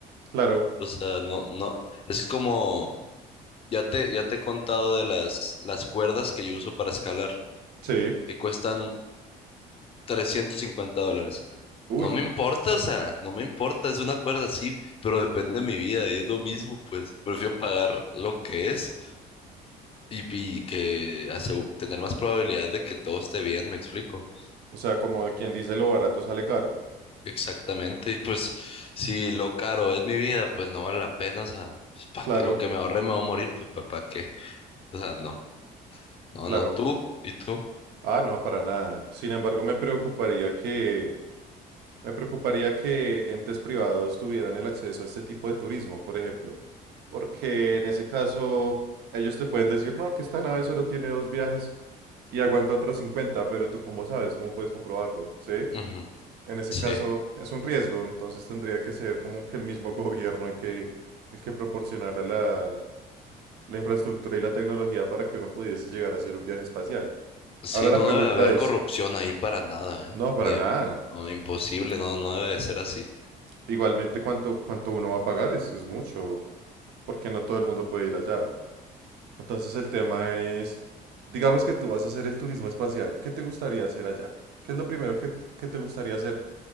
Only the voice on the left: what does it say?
O sea, no, no, es como, ya te, ya te he contado de las, las cuerdas que yo uso para escalar,
que cuestan 350 dólares.
No me importa, o sea, no me importa, es una cuerda, sí, pero depende de mi vida y es lo mismo, pues prefiero pagar lo que es y, y que asegu- tener más probabilidad de que todo esté bien, me explico.
Exactamente, y pues si lo caro es mi vida, pues no vale la pena, o sea, pues, ¿para
qué? Lo que me ahorré me va a morir, pues ¿para qué? O sea, no. No,
no, tú y tú.
Ujú,
Sí,
sí,
no
debe haber
corrupción ahí para nada, ¿eh?
Ni de-
no, imposible, no, no debe de ser así.